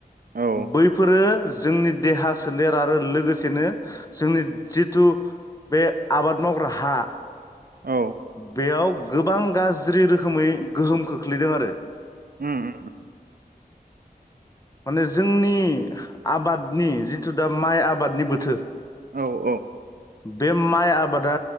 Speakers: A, on the right (about 65°); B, on the left (about 20°).
A: औ
B: बैफोरो जोंनि देहा सोलेर आरो लोगोसेनो जोंनि जि थु बे आबाद मावग्रा हा
A: औ
B: बेयाव गोबां गाज्रि रोखोमै गोहोम खोख्लैदों आरो ।
A: उम उम
B: माने जोंनि आबादनि जिथु दा माइ आबादनि बोथोर।
A: औ औ।
B: बे माइ आबादा